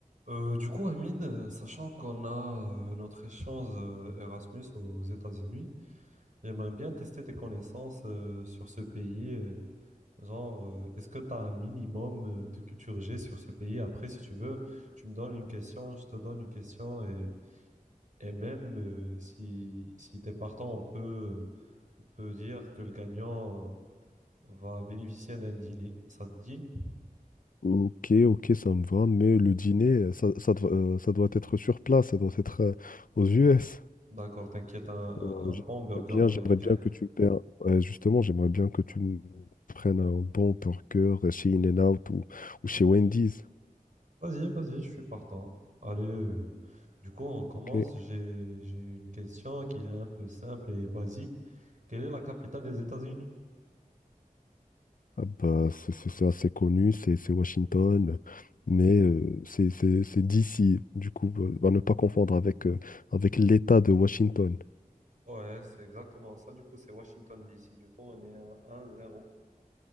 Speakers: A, on the right; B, on the left.
A: Euh, du coup, Amine, euh, sachant qu'on a euh, notre échange euh, Erasmus aux États-Unis, j'aimerais bien tester tes connaissances euh, sur ce pays. euh, genre, euh, est-ce que tu as un minimum euh, de culture G sur ce pays? Après, si tu veux, tu me donnes une question, je te donne une question, et, et même euh, si, si tu es partant, on peut, on peut dire que le gagnant euh, va bénéficier d'un dîner. Ça te dit?
B: Ok, ok, ça me va, mais le dîner, ça, ça, doit euh, ça doit être sur place, ça doit être euh, aux US.
A: D'accord, t'inquiète, un, un
B: Euh,
A: un
B: j'aimerais
A: bon burger
B: bien,
A: américain.
B: j'aimerais bien que tu me paies un- ouais, justement, j'aimerais bien que tu me prennes un bon burger chez In-N-Out ou, ou chez Wendy's.
A: Vas-y, vas-y, je suis partant. Allez, euh, du coup, on commence.
B: Ok.
A: J'ai, j'ai une question qui est un peu simple et basique. Quelle est la capitale des États-Unis?
B: Ah bah, c'est c'est- c'est assez connu, c'est c'est Washington, mais euh, c'est c'est- c'est d'ici, du coup, euh, à ne pas confondre avec, euh, avec l'État de Washington.
A: Ouais, c'est exactement ça. Du coup, c'est Washington, D C Du coup, on est à un zéro